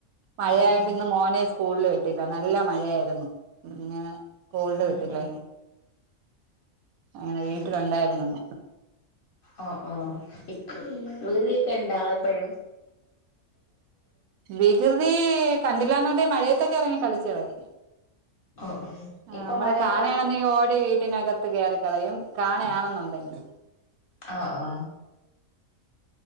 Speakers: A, on the right (about 85°); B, on the left (about 50°).
A: മഴയായോണ്ട്
B: ഓ ഓ
A: ഇന്ന് മോന് സ്‌ സ്കൂളില് വെട്ടില്ല നല്ല മഴയായിരുന്നു പിന്നെ സ്കൂളില്
B: ഉം
A: വിട്ടില്ല
B: ഉം
A: ഇനി അങ്ങനെ വീട്ടിലുണ്ടായിരുന്നുന്ന്
B: ഉം ഓ ഓ ഇപ്പ് മുദരീക്കണ്ടാ ഇപ്പഴും
A: വികൃതി കണ്ടില്ലാന്ന്ണ്ടെ മഴയെത്തൊക്കെ ഇറങ്ങി കളിച്ച്കളയും
B: ഓ ഓ
A: ആ
B: ഇപ്പൊ
A: നമ്മള്
B: മഴയത്ത്
A: കാണായാണെനീ
B: കളിച്ച്
A: ഓടി വീട്ടിനക ത്ത് കേയറിക്കളയും കാണയാണെന്നുണ്ടെങ്കിൽ
B: ആഹ് ആഹ്